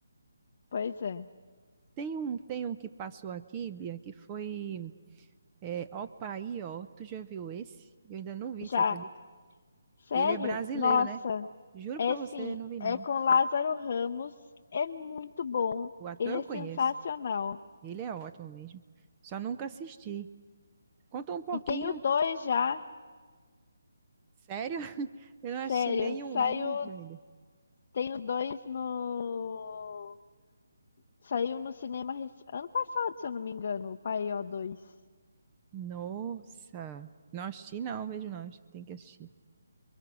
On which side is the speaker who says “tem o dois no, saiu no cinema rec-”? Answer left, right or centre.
Left